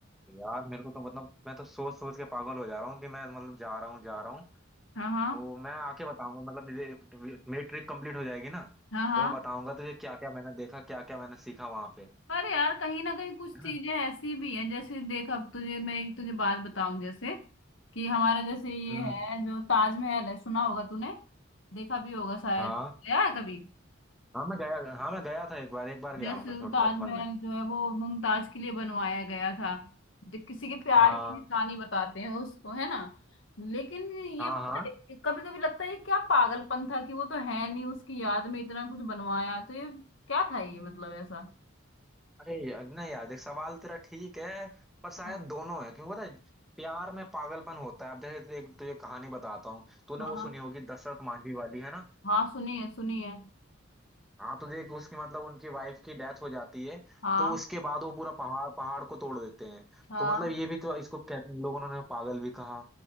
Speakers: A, in the centre; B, on the left.
A: यार मेरे को तो मतलब मैं तो सोच सोच के पागल हो जा रहा हूँ कि मैं मतलब जा रहा हूँ जा रहा हूँ
B: हाँ हाँ
A: वो मैं आके बताऊंगा मतलब ये- मेरी ट्रिप कंप्लीट हो जाएगी ना
B: हाँ हाँ
A: तो मैं बताऊंगा तुझे क्या क्या मैंने देखा क्या क्या मैंने सीखा वहां पे
B: पर यार कहीं ना कहीं कुछ
A: है
B: चीजें
A: ना
B: ऐसी भी हैं जैसे देख अब तुझे मैं एक तुझे बात बताऊं जैसे कि हमारा जैसे ये
A: हम्म
B: है जो ताजमहल है सुना होगा तूने देखा भी होगा शायद
A: हाँ
B: गया है कभी
A: हाँ मैं गया हाँ मैं गया था एक बार एक बार गया
B: जैसे
A: हूँ मैं छोट
B: वो ताजमहल
A: बचपन में
B: जो है वो मुमताज के लिए बनवाया गया था जो किसी के प्यार
A: हाँ
B: की निशानी बताते हैं उसको है ना लेकिन
A: हाँ
B: ये
A: हाँ
B: कभी कभी लगता है ये क्या पागलपन था कि वो तो है नहीं उसकी याद में इतना कुछ बनवाया तो ये क्या था ये मतलब ऐसा
A: अरे यार, नहीं यार देख सवाल तेरा ठीक है पर शायद
B: हाँ
A: दोनों है क्योंकि पता है प्यार में पागलपन होता है अब जैसे तुझे, तुझे कहानी बताता हूँ तूने
B: हाँ
A: वो सुनी होगी दशरथ मांझी वाली है ना
B: हाँ सुनिए सुनिए
A: हाँ तो देख उसकी मतलब उनकी वाइफ की डेथ हो जाती है
B: हाँ
A: तो उसके बाद वो पूरा पहाड़ पहाड़ को तोड़ देते हैं
B: हाँ
A: तो मतलब ये भी तो इसको कहते हैं लोगों ने पागल भी कहा